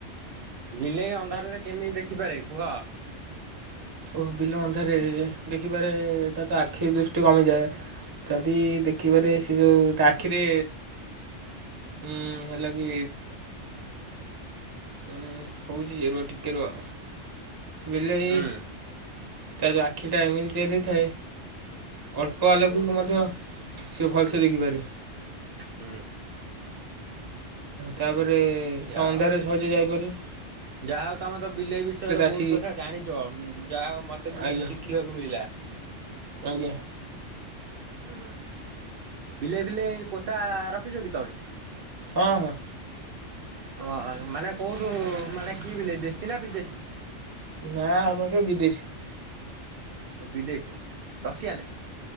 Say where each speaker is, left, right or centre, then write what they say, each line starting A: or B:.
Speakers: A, on the right; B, on the right.
A: ବିଲେଇ ଅନ୍ଧାରରେ କେମିତି ଦେଖିପାରେ କୁହ
B: ଓ ବିଲ ମନ୍ଧାରେ ଦେଖିପାରେ ତା ତ ଆଖି ଦୃଷ୍ଟି କମିଯାଏ ଯଦି ଦେଖିବାରେ ସେ ଯୋଉ ତା ଆଖିରେ ହୁଁ ହେଲା କିି ଉଁ କହୁଛି ଯେ ରୁହ ଟିକେ ରୁହ ବିଲେଇ
A: ହୁଁ।
B: ତା ଯଉ ଆଖି ଟା ଏମିଲ ତିଆରି ଥାଏ ଅଳ୍ପ ଆଲୋକକୁ ମଧ୍ୟ ସେ ଭଲସେ ଦେଖିପାରେ
A: ହୁଁ
B: ତାପରେ
A: ଯାହା
B: ସନ୍ଧ୍ୟାରେ
A: ହଉ
B: ସହଜ ଯାଇପାର
A: ଯାହା ହଉ ତମେ ତ ବିଲେଇ ବିଷୟରେ
B: ଆଖି
A: ବହୁତ କଥା ଜାଣିଛ ଯାହା ହ ମତେ ବି କିଛି
B: ଆଜ୍ଞା
A: ଶିଖିବାକୁ ମିଳିଲା
B: ଆଜ୍ଞା
A: ହୁଁ ବିଲେଇ ଫିଲେଇ ପୋଷା ରଖିଛ କି ତମେ?
B: ହଁ ହଁ।
A: ଓ ମାନେ କୋଉଠୁ ମାନେ କି ବିଲେଇ ଦେଶୀ ନା ବିଦେଶୀ?
B: ନା ଆମର ସବୁ ବିଦେଶୀ।
A: ଓ ବିଦେଶୀ। ରସିଆନ।